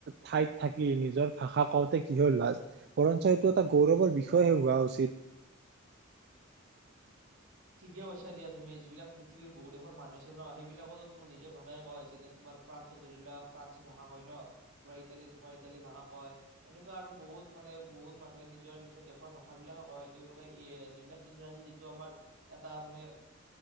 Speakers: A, on the right; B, on the right.
A: ঠাইত থাকি নিজৰ ভাষা কওঁতে কিহ লাজ বৰঞ্চ এইটো এটা গৌৰৱৰ বিষয়ে হোৱা উচিত।
B: ঠিকে কৈছা দিয়া তুমি। যিবিলাক পৃথিৱীৰ বহুত দেশৰ মানুহ আছে ন? সেইবিলাকতো তোমাৰ নিজৰ ভাষাই কয়। যেনে তোমাৰ ফ্ৰান্সত ধৰি লোৱা ফ্ৰান্স ভাষা কয় ন! তোমাৰ ইটালীত তোমাৰ ইটালী ভাষা কয়। এনেকুৱা আৰু বহুত মানে, বহুত মানুহে নিজৰ নিজৰ দেশৰ ভাষাবিলাকে কয়, তেওঁলোকে যিবিলাক ইংৰাজী যিটো আমাৰ এটা মানে